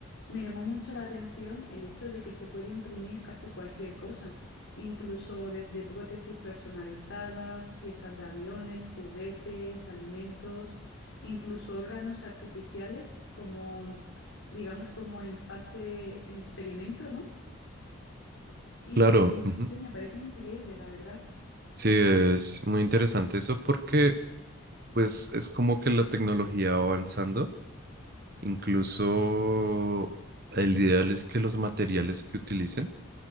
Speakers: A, on the left (about 70°); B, on the right (about 45°).
A: me llamó mucho la atención el hecho de que se puede imprimir casi cualquier cosa, incluso desde prótesis personalizadas, piezas de aviones, juguetes, alimentos, incluso órganos artificiales, como, digamos, como en fase, en experimento, ¿no? Y,
B: Claro,
A: y no
B: ujú.
A: sé, me parece increíble, la verdad.
B: Sí, es muy interesante eso porque pues es como que la tecnología va avanzando Incluso el ideal es que los materiales que utilicen